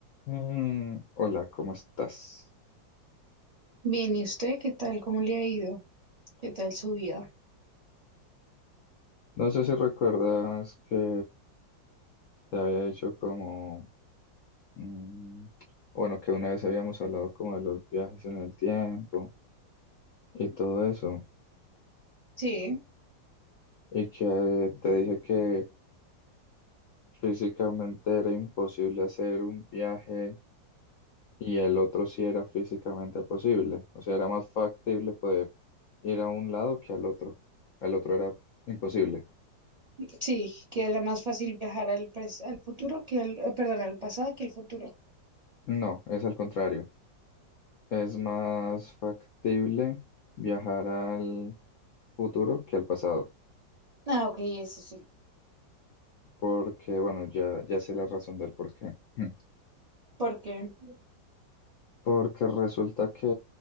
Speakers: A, on the left; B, on the right.
A: Mm, hola, ¿cómo estás?
B: Bien, ¿y usted qué tal? ¿Cómo le ha ido? ¿Qué tal su vida?
A: No sé si recuerdas que te había dicho como, mm, bueno, que una vez habíamos hablado como de los viajes en el tiempo y todo eso,
B: Sí,
A: y que te dije que físicamente era imposible hacer un viaje y el otro sí era físicamente posible, o sea, era más factible poder ir a un lado que al otro, el otro era imposible.
B: sí, que era más fácil viajar al, pres- al futuro que al, eh, perdón, al pasado que al futuro.
A: No, es al contrario. Es más factible viajar al futuro que al pasado,
B: Ah, ok, eso sí.
A: porque bueno, ya, ya sé la razón del por qué. Hmm.
B: ¿Por qué?
A: Porque resulta que